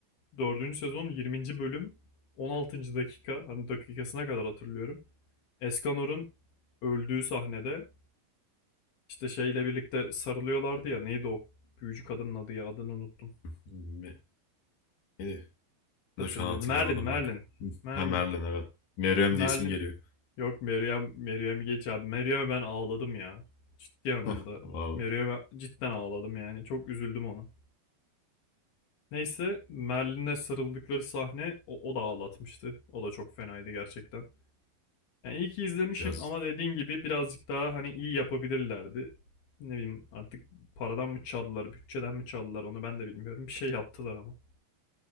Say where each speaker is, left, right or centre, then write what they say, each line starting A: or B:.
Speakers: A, on the left (about 75°); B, on the left (about 60°).
A: Dördüncü sezon 20. bölüm 16. dakika hani dakikasına kadar hatırlıyorum. Escanor'un öldüğü sahnede işte şeyle birlikte sarılıyorlardı ya neydi o büyücü kadının adı ya adını unuttum.
B: Hmm, Me- Neydi? Ben
A: hatırlıyorum.
B: de şu an hatırlayamadım
A: Merlin, Merlin.
B: bak. <laughs>
A: Merlin.
B: Ha Merlin evet. Meryem
A: Merlin.
B: diye isim geliyor.
A: Yok Meryem, Meryem'i geç abi. Meryem'e ben ağladım ya. Ciddi anlamda.
B: <laughs> Wow.
A: Meryem'e cidden ağladım yani. Çok üzüldüm ona. Neyse Merlin'e sarıldıkları sahne o, o da ağlatmıştı. O da çok fenaydı gerçekten. Yani iyi ki izlemişim
B: Biraz
A: ama dediğin gibi birazcık daha hani iyi yapabilirlerdi. Ne bileyim artık paradan mı çaldılar, bütçeden mi çaldılar onu ben de bilmiyorum. Bir şey yaptılar ama.